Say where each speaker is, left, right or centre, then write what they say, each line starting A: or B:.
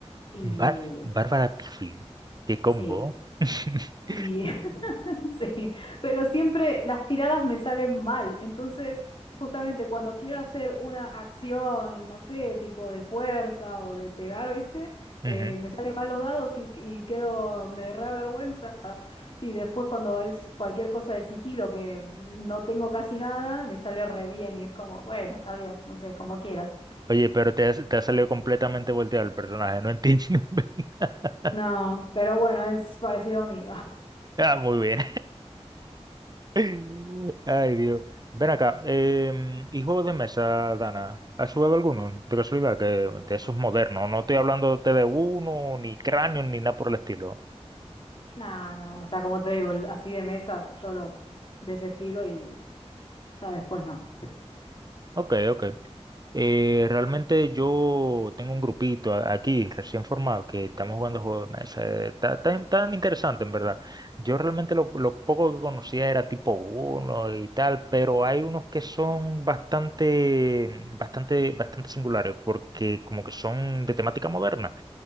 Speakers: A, on the left; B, on the right.
A: y
B: Bar- Bárbara Pifflin. Qué combo.
A: sí.
B: <laughs>
A: Y <laughs> Sí, pero siempre las tiradas me salen mal. Entonces, justamente cuando quiero hacer una acción, no sé, tipo de fuerza o de pegar, ¿viste? Eh,
B: Ujú.
A: me salen mal los dados y, y quedo, me da vergüenza. Ah, Y después cuando es cualquier cosa de sigilo que no tengo casi nada, me sale re bien y es como, bueno, está bien, no sé, como quieras.
B: Oye, pero te, has- te ha salido completamente volteado el personaje, no entiendo. <laughs>
A: No, pero bueno, es parecido a mí. <laughs>
B: Ah, muy bien. <laughs> Ay, Dios. Ven acá. em, ¿y juegos de mesa, Dana? ¿Has jugado alguno? De casualidad, que de esos modernos. No estoy hablándote de uno, ni cráneo, ni nada por el estilo.
A: No, no, o sea, como te digo, así de mesa, solo de ese estilo y ya después no.
B: Ok, ok. Eh, realmente yo tengo un grupito a- aquí recién formado que estamos jugando juegos de mesa. eh, Está tan, tan interesante, en verdad. Yo realmente lo, lo poco que conocía era tipo uno y tal, pero hay unos que son bastante, bastante, bastante singulares porque como que son de temática moderna.